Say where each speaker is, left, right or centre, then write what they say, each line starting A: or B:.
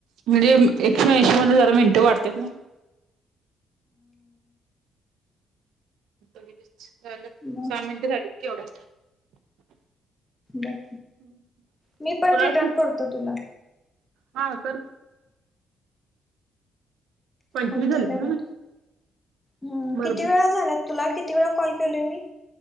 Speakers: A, on the right; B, on the left.
A: म्हणजे एकशे एशी म्हणून जरा मिनट वाढत्यात नी. झालं
B: मग
A: सहा मिनटं झालीत एवढ्या
B: ब मी पण
A: तुला
B: रिटर्न करतो तुला
A: हा कर पंचवीस
B: होते
A: झाले
B: काय बघ
A: ना
B: हम
A: बरोबर
B: किती वेळा झाल्यात तुला किती वेळा कॉल केली मी